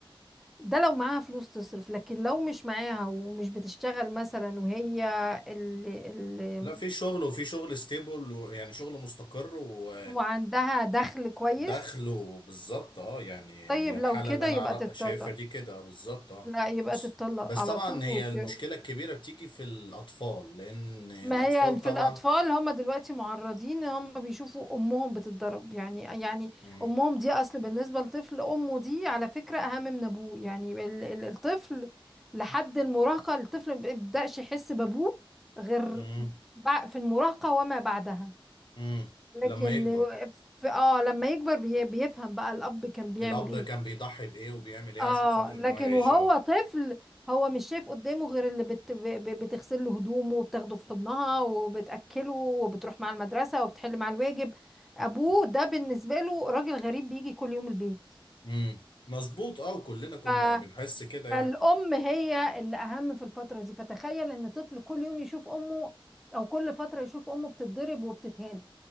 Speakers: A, in the centre; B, on the left.
A: ده لو معاها فلوس تصرف لكن لو مش معاها ومش بتشتغل مثلا وهي اللي اللي
B: لا في شغل وفي شغل ستيبل ويعني شغل مستقر و...
A: وعندها دخل كويس
B: دخله بالظبط اه يعني
A: طيب
B: هي
A: لو
B: الحالة
A: كده
B: اللي انا
A: يبقى
B: عر-
A: تتطلق
B: شايفها دي كده آه، بالظبط اه
A: لا يبقى
B: بس
A: تتطلق
B: بس
A: على
B: طبعا
A: طول وت...
B: هي المشكلة الكبيرة بتيجي في الأطفال لأن الأطفال
A: ما هي في
B: طبعا
A: الأطفال هم دلوقتي معرضين إن هم بيشوفوا أمهم بتتضرب يعني يعني
B: مم.
A: أمهم دي أصل بالنسبة للطفل أمه دي على فكرة أهم من أبوه يعني ال- ال- الطفل لحد المراهقة الطفل ما بيبدأش يحس بأبوه غير
B: مم.
A: بع- في المراهقة وما بعدها
B: مم.
A: لكن
B: لما يكبر
A: في اه لما يكبر بي- بيفهم بقى الأب كان بيعمل
B: الأب
A: إيه
B: كان بيضحي بإيه وبيعمل إيه
A: اه
B: عشان خاطر
A: لكن
B: إن هو يعيش
A: وهو
B: اه
A: طفل هو مش شايف قدامه غير اللي بت... ب- ب- بتغسل له هدومه وبتاخده في حضنها وبتأكله وبتروح مع المدرسة وبتحل مع الواجب
B: مم.
A: ابوه ده بالنسبة له راجل غريب بيجي كل يوم البيت
B: مم. مظبوط اه وكلنا كنا
A: ف...
B: بنحس كده
A: فالأم هي اللي أهم في الفترة دي فتخيل إن طفل كل يوم يشوف أمه أو كل فترة يشوف أمه بتتضرب وبتتهان